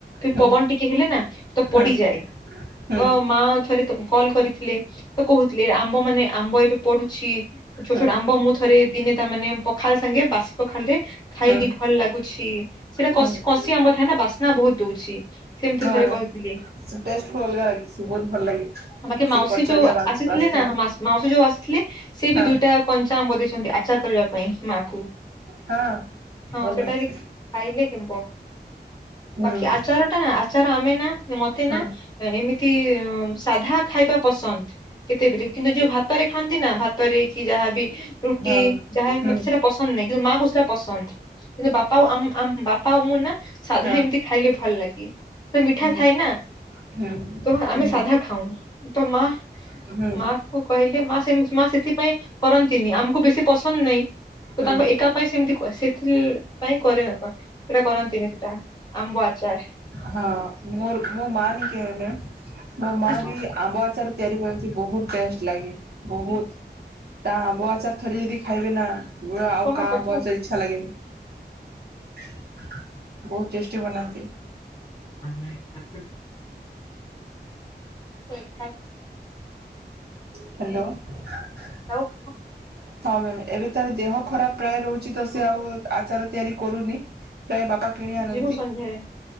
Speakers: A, on the right (about 65°); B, on the left (about 25°).
A: ହୁଁ
B: ପବନ ଟିକେ ହେଲେ ନା ତ ପଡିଯାଏ
A: ହୁଁ ହୁଁ
B: ତ ମା କଲ୍ କରିଥିଲେ। ତ କହୁଥିଲଥିଲେ ଆମ୍ବ ମାନେ ଆମ୍ବ ଏବେ ପଡୁଛି। ଛୋଟ
A: ହୁଁ
B: ଛୋଟ ଆମ୍ବ ମୁଁ ଥରେ ଦିନେ ତା ମାନେ ପଖାଲ ସାଙ୍ଗେ ବାସି ପଖାଳ ଟେ ଖାଇଲି
A: ହୁଁ
B: ଭଲ ଲାଗୁ ଠିକ ସେଇଟା
A: ହୁଁ
B: କଶି କଶି ଆମ୍ବ ଥା ନା ବା ନା ବହୁତ ଦଉଛି ସେମିତି
A: ହଁ
B: ଥରେ କହିଥିଲେ
A: ଟେଷ୍ଟ ପୁରା ଅଲଗା ଲାଗିଛି ବହୁତ ଭଲ ଲାଗିଛି।
B: ବାକି
A: ସେ
B: ମାଉସୀ
A: କଚଡିଆ
B: ଯୋଉ
A: ବାଂସ
B: ଆସିଥିଲେ
A: ବାସ୍ନା
B: ନା ମାଉସୀ ଯୋଉ ଆସିଥିଲେ ସେ
A: ହଁ
B: ବି ଦିଇଟା କଞ୍ଚା ଆମ୍ବ ଦେଇଛନ୍ତି ଆଚାର କରିବା ପାଇଁ ମାକୁ
A: ହଁ
B: ହଁ
A: ଭଲ
B: ସେଟା
A: ଲାଗିଛି।
B: ବି ଖାଇଲେ କ <inaudible>
A: ହୁଁ
B: ବାକି ଆଚାର ଟା ନା ଆଚାର ତମେ ନା ମତେ
A: ହଁ
B: ନା ଏମତି ସାଧା ଖାଇବା ପସନ୍ଦ କେତେବେଳେ କିନ୍ତୁ ଯୋଉ ଭାତରେ ଖାଆନ୍ତି ନା ଭାତରେ କି ଯାହାବି ରୁଟି
A: ହଁ
B: ଚାହା
A: ହୁଁ
B: ମତେ ସେଟା ପସନ୍ଦ ନାହିଁ କିନ୍ତୁ ମା କୁ ସେଟା ପସନ୍ଦ କିନ୍ତୁ ବାପା ଆଉ ବାପା ମୁଁ ନା ସାଧା
A: ହଁ
B: ଏମିତି ଖାଇଲେ ଭଲ ଲାଗେ ସେ ମିଠା
A: ହୁଁ।
B: ଥାଏ ନା
A: ହୁଁ
B: ତ ଆମେ
A: ହୁଁ
B: ସାଧା ଖାଉ ତ ମା
A: ହୁଁ
B: ମା କୁ କହିଲେ ମା ମା ସେଥିପାଇଁ କରନ୍ତିନି ଆମକୁ ବେଶୀ ପସନ୍ଦ ନାହିଁ। ତ
A: ହୁଁ
B: ତାଙ୍କ ଏକା ପାଇଁ ସେମିତି ସେଥିପାଇ କରିହେବ ସେଟା କରନ୍ତିନି ସେଟା ଆମ୍ବ ଆଚାର
A: ହଁ ମୋର ମା <inaudible> ହିମ ହିମ ମ ମା
B: ଆସିଲା
A: ବି ଆମ୍ବ ଆଚାର ତିଆରି କନ୍ତି ବହୁତ ଟେଷ୍ଟ ଲାଗେ ବହୁତ ତା ଆମ୍ବ ଆଚାର ଥରେ ଯଦି ଖାଇବେ ନା ଆଉ
B: କହ
A: କାହା
B: ପଚରା
A: <inaudible> ଇଚ୍ଛା ଲାଗେନି ବହୁତ ଚେଷ୍ଟା ହୁଁ
B: ନା ନାଇଁ <inaudible>
A: ହାଲୋ ହଁ
B: ଶାଗୁ
A: ମାମ ଏବେ ତାର ଦେହ ଖରାପ ପ୍ରାୟ ରହୁଛି ତ
B: ହଁ
A: ସେ ଆଉ ଆଚାର ତିଆରି କରୁନି ପ୍ରାୟ ବାପା କିଣି ଆଣନ୍ତି।
B: ଯିବୁ ସନ୍ଧ୍ୟାରେ